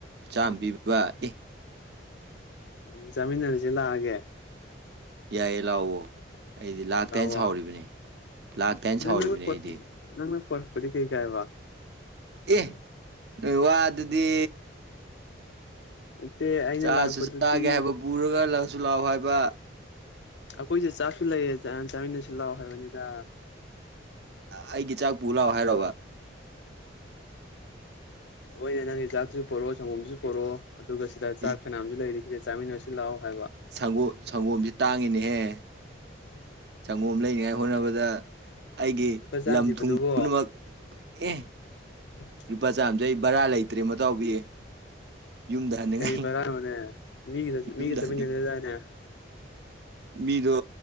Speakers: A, on the right; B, on the left.
A: ꯆꯥꯝꯃ ꯄꯤꯕ ꯑꯦ
B: ꯎꯝ ꯑꯗꯨꯗꯤ ꯆꯥꯃꯤꯟꯅꯔꯁꯤ ꯂꯥꯛꯑꯒꯦ
A: ꯌꯥꯏꯌꯦ ꯂꯥꯛꯑꯣ ꯑꯩꯗꯤ ꯂꯥꯛꯇꯦ
B: ꯂꯥꯛꯑꯣ
A: ꯍꯥꯢꯅ ꯁꯥꯎꯔꯤꯕꯅꯤ ꯂꯥꯛꯇꯦ ꯍꯥꯢꯅ
B: ꯑꯗꯨ
A: ꯁꯥꯎꯔꯤꯕꯅꯤ
B: ꯅꯪꯅ ꯄꯣꯠ
A: ꯑꯩꯗꯤ
B: ꯅꯪꯅ ꯄꯨꯔꯛꯕꯗꯤ ꯀꯩ ꯀꯥꯢꯕ
A: ꯑꯦ ꯅꯣꯏ ꯋꯥꯗꯨꯗꯤ
B: ꯅꯠꯇꯦ ꯑꯩꯅ
A: ꯆꯥꯁꯨ
B: ꯂꯥꯛꯄꯗꯨꯗꯤ
A: ꯆꯥꯒꯦ ꯍꯥꯏꯕ ꯄꯨꯔꯒ ꯂꯥꯛꯁꯨ ꯂꯥꯛꯑꯣ ꯍꯥꯏꯕ
B: ꯑꯩꯈꯣꯏꯁꯨ ꯆꯥꯛꯁꯨ ꯂꯩꯌꯦ ꯆꯥ ꯆꯥꯃꯤꯟꯅꯁꯤ ꯂꯥꯛꯑꯣ ꯍꯥꯏꯕꯅꯤꯗ
A: ꯑꯩꯒꯤ ꯆꯥꯛ ꯄꯨꯔ ꯂꯥꯛꯑꯣ ꯍꯥꯏꯔꯕ
B: ꯍꯣꯏꯅꯦ ꯅꯪꯒꯤ ꯆꯥꯛꯇꯨꯁꯨ ꯄꯣꯔꯛꯑꯣ ꯁꯪꯒꯣꯝꯗꯨꯁꯨ ꯄꯣꯔꯛꯑꯣ ꯑꯗꯨꯒ ꯁꯤꯗ ꯆꯥꯛ
A: ꯑꯦ
B: ꯐꯅꯥꯌꯥꯝꯁꯨ ꯂꯩꯔꯤ ꯁꯤꯗ ꯆꯥꯃꯤꯟꯅꯁꯤ ꯂꯥꯛꯑꯣ ꯍꯥꯏꯕ
A: ꯁꯪꯒꯣꯝ ꯁꯪꯒꯣꯝꯁꯤ ꯇꯥꯡꯉꯤꯅꯦꯍꯦ
B: ꯍꯣꯏ
A: ꯁꯪꯒꯣꯝ ꯂꯩꯅꯤꯡꯉꯥꯏ ꯍꯣꯠꯅꯕꯗ ꯑꯩꯒꯤ
B: ꯂꯨꯄꯥ ꯆꯥꯝ
A: ꯂꯝ
B: ꯄꯤꯕꯗꯨꯕꯨ
A: ꯊꯨꯝ ꯄꯨꯝꯅꯃꯛ ꯑꯦ
B: ꯎꯝ <inaudible>
A: ꯂꯨꯄꯥ ꯆꯥꯝꯃꯁꯤ ꯑꯩ ꯕꯔꯥ ꯂꯩꯇ꯭ꯔꯦ ꯃꯇꯥꯎꯕꯤ ꯌꯨꯝꯗ ꯍꯟꯅꯤꯡꯉꯥꯏ
B: ꯀꯔꯤ ꯕꯔꯥ ꯅꯣꯅꯦ ꯃꯤꯒꯤ ꯃꯤꯒ
A: ꯌꯨꯝꯗ
B: ꯆꯠꯃꯤꯟꯅꯅꯤꯗꯥꯢꯅꯦ
A: ꯍꯟꯅꯤꯡ ꯃꯤꯗꯣ